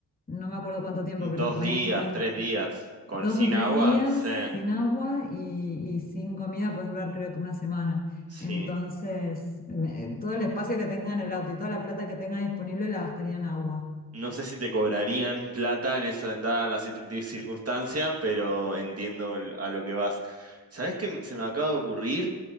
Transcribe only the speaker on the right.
dos
días,
tres días, con,
sin
agua,
sí,
sí.
No sé si te cobrarían plata en esa, dada la cir- circunstancia, pero entiendo el- a lo que vas. ¿Sabés qué se me acaba de ocurrir?